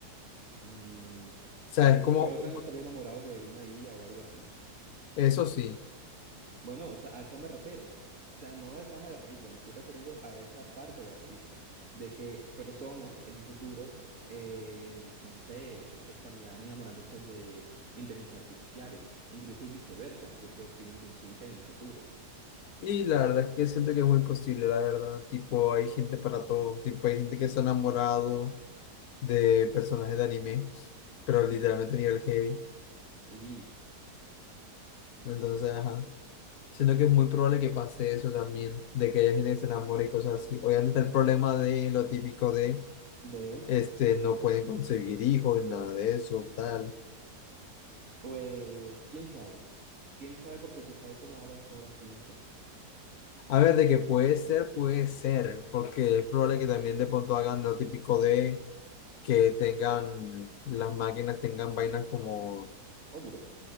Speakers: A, on the right (about 50°); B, on the left (about 65°).
A: Mm,
B: sea,
A: pero el
B: es como,
A: prota no se había enamorado de una IA o algo así.
B: Eso sí,
A: Bueno, o sea, a eso me refiero. O sea, no a la trama de la película, me estoy refiriendo a esa parte de la película, de que personas en un futuro, eh, no sé, estarían enamorándose de inteligencias artificiales, incluso y viceversa, si es que obtienen conciencia en un futuro.
B: y la verdad es que siento que es muy posible, la verdad, tipo, hay gente para todo, tipo, hay gente que se ha enamorado de personajes de anime, pero literalmente nivel heavy,
A: Lit.
B: entonces, ajá, siento que es muy probable que pase eso también, de que haya gente que se enamore y cosas así, obviamente está el problema de lo típico de,
A: De,
B: este, no pueden concebir hijos, nada de eso, tal,
A: pues, quién sabe. Quién sabe porque tú sabes cómo ha avanzado la ciencia.
B: a ver, de que puede ser, puede ser, porque es probable que también de pronto hagan lo típico de que tengan, las máquinas tengan vainas como,
A: Óbulos.